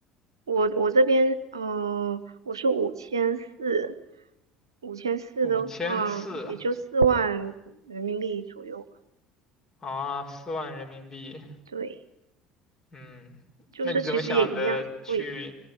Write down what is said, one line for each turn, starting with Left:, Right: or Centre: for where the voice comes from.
Right: 我我这边，嗯、我是五千四，五千四的话，
Left: 五千四
Right: 也就四万人民币左右吧。
Left: 啊，四万人民币。
Right: 对。
Left: 嗯，
Right: 就是其实也一样，
Left: 那你怎么想的去？
Right: 挺贵的